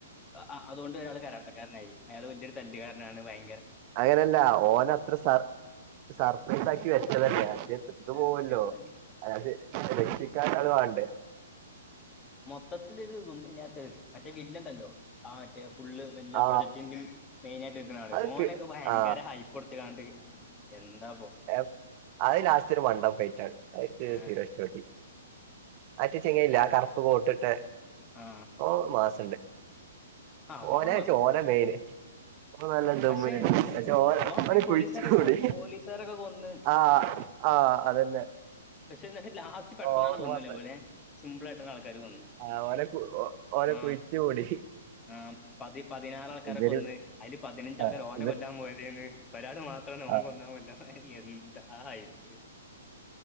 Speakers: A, on the left; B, on the right.
A: അ ആ അതോണ്ട് അയാൾ കരാട്ടക്കാരനായി അയാൾ വല്ല്യൊരു തല്ല്കാരനാണ് ഭയ
B: അങ്ങനെല്ല ഓനത്ര സർ സർപ്രൈസ് ആക്കി വെച്ചതന്നെയാ ട്ട്
A: ബാക്ക്ഗ്രൗണ്ടുള്ള
B: പോവല്ലോ അത് രക്ഷിക്കൻ അത് വാണ്ടേ
A: മൊത്തത്തിലിത് ഗുമ്മില്ലാത്തത് മറ്റേ വില്ലൻണ്ടല്ലോ ആ മറ്റേ ഫുള്ള് എല്ലാ
B: ആ
A: പ്രൊജക്ടിന്റിം മെയിനായിയിട്ട്ക്ക്ണാള്
B: അത്
A: ഓനൊക്കെ
B: കി-
A: ഭയങ്കര
B: ആ
A: ഹൈപ് ട്ട്ക്കാണ്ട് എന്താപോ
B: ഏപ് അഅ് ലാസ്റ്റ്ഒര്മണ്ടം ഫൈറ്റാണ് അത്ക്ക്
A: ഏഹ്
B: തീരെഷ്ടപ്പെട്ടില മറ്റേചെങ്ങായില്ലേ
A: ക-
B: ആ കർപ്പ്
A: ക-
B: കോട്ടിട്ടെ,
A: ആ
B: ഓൻ മാസ
A: ആ
B: ഓനേച്ച
A: ഓൻ കുഴപ്പമില്ല
B: ഓന മെയിന് ഓ നല്ല ദമ്മില്ണ്ട്
A: പക്ഷെ
B: പച്ചേ ഓൻ
A: മറ്റേ
B: ഓനെ കുഴിച്ചുമൂടി
A: പോലീസുകാരൊക്കെ കൊന്ന് പോലീസുകാരൊക്കെ കൊന്ന്
B: ആഹ് ആഹ് അതന്നെ
A: പക്ഷെ, ന്നട്ട് ലാസ്റ്റ് പെട്ടെന്നാണ്ട്‌
B: ഓറ്
A: കൊന്ന്
B: മാസം
A: ലെ ഓലെ സിമ്പിൾ ആയിട്ട് റ്റരു കൊന്നു.
B: ആ ഓനെ ഓനെ
A: ആഹ്
B: കുഴിച്ചു മൂടി
A: ആഹ് പതി പതിനാറാൾക്കാരെ
B: ഇവര്
A: കൊന്ന് അയില് പതിനഞ്ചൾക്കര്
B: ആ
A: ഓനെ
B: ഇവര്
A: കൊല്ലാൻ പോയതേന്ന്, ഒരാള് മാത്രാണ് ഓൻ
B: ആ
A: കൊന്നൌ അല്ല എന്ത്‌ ആ ഐസ്ക്രീം